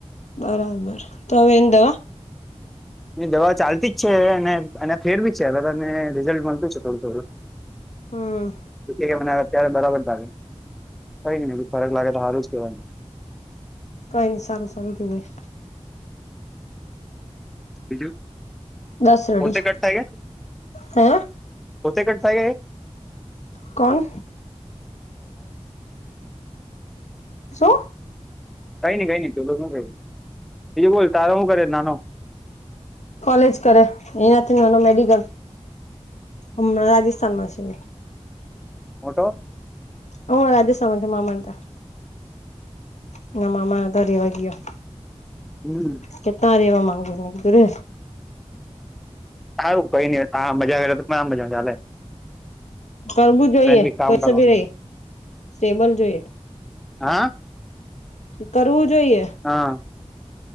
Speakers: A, on the left; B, in the centre.
A: બરાબર તો હવે એન દવા
B: એ દવા ચાલતી જ છે અને એના ફેર બી છે હ તને રિઝલ્ટ મળતું છે થોડું થોડું
A: હમ
B: <inaudible> કે મના ત્યારે બરાબર થ કઈને ફરક લાગે તો સારું જ કેહેવાનું.
A: કઈ નઈ સારું સારું કેવાય.
B: બીજું
A: દસ રડી
B: પોતે કટ થાય ગયા,
A: હે
B: પોતે કટ થાય ગ એ.
A: કોણ, શું?
B: કઈ નઈ કઈ નઈ તો શું કર બીજું બોલ તારો શું કરે નાનો?
A: કોલેજ કરે એનાથી નાનો મેડિકલ, હમણાં રાજસ્થાનમાં છે.
B: ઓટો
A: હ રાજસ્થાનમાં છે મામાના ત્યાં. એના મામા ના ઘરે વય ગ્યો.
B: હમ
A: કેટ ર એવા માંગુ મધરે.
B: સારું કઈ નઈ તા મજા કરે તો કા મજા ચાલે.
A: કરવું જોઈએ
B: તેમ બી કામ
A: કશું
B: કરવાનું
A: બી રહી, સ્ટેબલ જોઈએ.
B: હા?
A: કરવું જોઈએ.
B: હા.